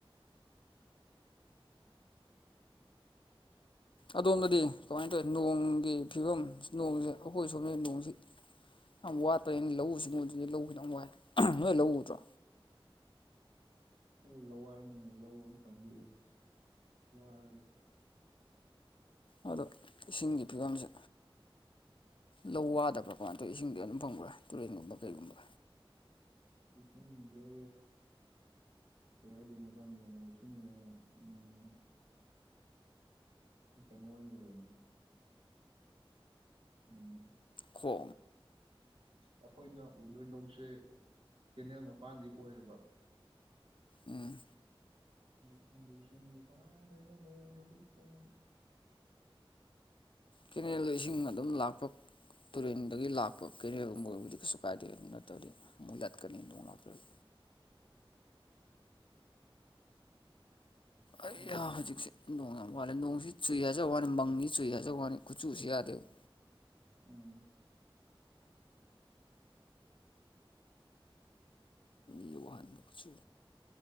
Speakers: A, on the left; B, on the right.
A: ꯑꯗꯣꯝꯗꯗꯤ ꯀꯃꯥꯏ ꯇꯧꯏ ꯅꯣꯡꯒꯤ ꯐꯤꯕꯝ ꯅꯣꯡꯁꯦ ꯑꯩꯈꯣꯏ ꯁꯣꯝꯗꯗꯤ ꯅꯣꯡꯁꯤ ꯌꯥꯝ ꯋꯥꯠꯄꯩ ꯂꯧꯎ ꯁꯤꯡꯎꯕꯖꯦ ꯂꯧ ꯈꯤꯇꯡ ꯋꯥꯏ ꯅꯣꯏ ꯂꯧ ꯎꯗ꯭ꯔꯣ
B: ꯈꯣꯏ ꯂꯋꯥꯏꯅꯤꯅ ꯂꯧ ꯑꯝꯇꯪꯗꯤ ꯎꯏ ꯋꯥꯏꯔꯒ
A: ꯑꯗꯣ ꯏꯁꯤꯡꯒꯤ ꯐꯤꯕꯝꯁꯦ ꯂꯧ ꯋꯥꯗꯕ꯭ꯔꯥ ꯀꯃꯥꯏ ꯇꯧꯏ ꯏꯁꯤꯡꯗꯤ ꯑꯗꯨꯝ ꯐꯪꯕ꯭ꯔꯥ ꯇꯨꯔꯦꯟꯒꯨꯝꯕ ꯀꯩꯒꯨꯝꯕ
B: ꯏꯁꯤꯡꯖꯦ ꯍꯣ ꯑꯗꯨ ꯃꯇꯥꯡꯗꯅꯦ ꯏꯁꯤꯡꯁꯦ ꯎꯝ ꯀꯩꯅꯣ ꯑꯣꯏꯅ ꯂꯩꯕꯅꯦ ꯎꯝ
A: ꯈꯣ
B: ꯑꯩꯈꯣꯏꯅ ꯎꯗꯣꯏ ꯂꯧꯁꯦ ꯀꯦꯅꯦꯜ ꯃꯄꯥꯟꯗꯤ ꯑꯣꯏꯌꯦꯕ
A: ꯎꯝ
B: ꯑꯗꯣ ꯈꯪꯗꯦ ꯏꯁꯤꯡꯖꯦ ꯀꯃꯥꯏ ꯇꯧꯏꯅꯣ ꯅꯣꯡꯗꯣ ꯂꯤꯛꯄꯅꯦ
A: ꯀꯦꯅꯦꯜꯗ ꯏꯁꯤꯡ ꯑꯗꯨꯝ ꯂꯥꯛꯄ ꯇꯨꯔꯦꯟꯗꯒꯤ ꯂꯥꯛꯄ ꯀꯦꯅꯦꯜꯒꯨꯝꯕ ꯑꯣꯏꯔꯕꯨꯗꯤ ꯀꯩꯁꯨ ꯀꯥꯏꯗꯦ ꯑꯗꯨ ꯅꯠꯇ꯭ꯔꯗꯤ ꯑꯃꯨꯛ ꯂꯠꯀꯅꯤ ꯅꯣꯡ ꯂꯥꯛꯇ꯭ꯔꯗꯤ
B: ꯈꯪꯗꯦꯗ
A: ꯑꯩꯍꯥ ꯍꯧꯖꯤꯛꯁꯦ ꯅꯣꯡ ꯌꯥꯝ ꯋꯥꯠꯂꯦ ꯅꯣꯡꯖꯤ ꯆꯨꯏ ꯍꯥꯏꯖꯕ ꯋꯥꯅꯤ ꯃꯪꯅꯤ ꯆꯨꯏ ꯍꯥꯏꯖꯕ ꯋꯥꯅꯤ ꯀꯨꯆꯨꯁꯦ ꯌꯥꯗꯦꯕ
B: ꯎꯝ
A: ꯃꯤ ꯋꯥꯍꯟꯕꯁꯨ